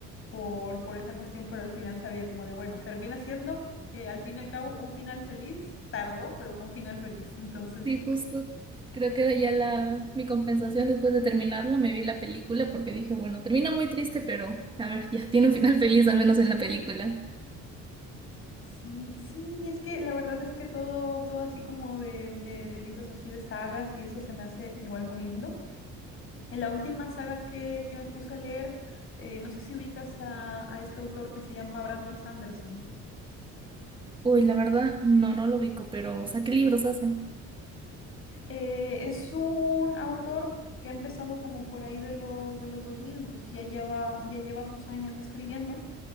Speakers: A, on the left; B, on the right.
A: por, por esa cuestión, pero al final sabía como de, bueno, termina siendo, eh, al fin y al cabo, un final feliz. Tardó, pero fue un final feliz. <laughs> Entonces,
B: Sí, justo. Creo que era ya la, mi compensación después de terminarlo. Me vi la película porque dije, bueno, termina muy triste, pero a ver, ya tiene un final feliz, al menos en la película.
A: sí, sí, es que la verdad es que todo, todo así como de, de, de libros así de sagas y eso se me hace igual muy lindo. En la última saga que, que me puse a leer, eh, no sé si ubicas a, a este autor que se llama Brandon Sanderson.
B: Uy, la verdad, no, no lo ubico, pero o sea, ¿qué libros hacen?
A: Eh, es un autor que ha empezado como por ahí de los, de los dos mil entonces ya lleva, ya lleva sus años escribiendo.